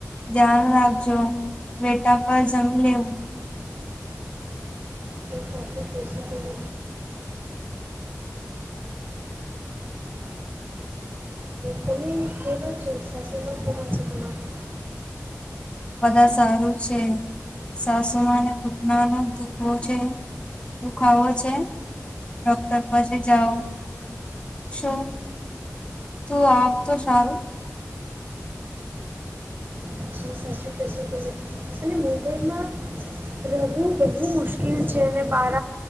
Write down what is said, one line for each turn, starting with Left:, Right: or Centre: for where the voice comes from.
Left: ધ્યાન રાખજો વેટા પર જમી લે વું.
Right: સાચી પસ કરે તમે કેવા છો સાસવા કરા છો તમારા
Left: બધા સારું છે સાસુમાં અને ઘૂટના નો ધુખવો છે. દુખાવો છે ડોક્ટર પાસે જાઓ. શું તું આવ તો સારું
Right: હા સાચું કહેશો તમે અને મુંબઈમાં. રહેવું બહુ મુશ્કેલ છે ને બાર